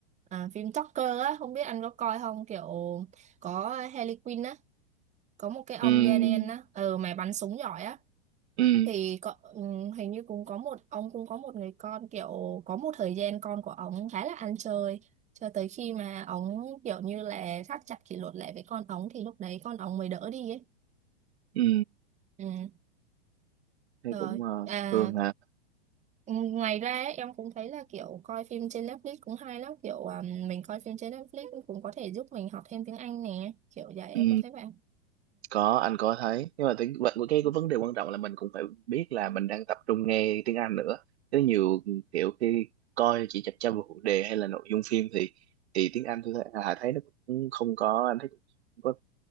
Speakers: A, on the right; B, on the right.
A: à, phim Joker á không biết anh có coi không kiểu có Harley Quinn á có một cái ông
B: ừ
A: da đen á ừ mà bắn súng giỏi á
B: ừ
A: thì có, ừm, hình như cũng có một ông cũng có một người con kiểu có một thời gian con của ông khá là ăn chơi cho tới khi mà ông kiểu như là thắt chặt kỷ luật lại với con ông thì lúc đấy con ông mới đỡ đi ấy
B: ừ
A: ừ
B: thấy
A: rồi
B: cũng ờ,
A: à
B: thường hả
A: ừ, ngoài ra ấy, em cũng thấy là kiểu coi phim trên Netflix cũng hay lắm kiểu à, mình coi phim trên Netflix cũng có thể giúp mình học thêm tiếng Anh nè kiểu vậy
B: ừ
A: anh có thấy vậy không
B: có anh có thấy nhưng mà tiếng vậy cái
A: ừ.
B: cái vấn đề quan trọng là mình cũng phải biết là mình đang tập trung nghe tiếng Anh nữa chứ nhiều kiểu khi coi chỉ chập chờn vào phụ đề hay là nội dung phim thì thì tiếng Anh tôi thấy, Hà thấy nó cũng không có anh thấy cũng không có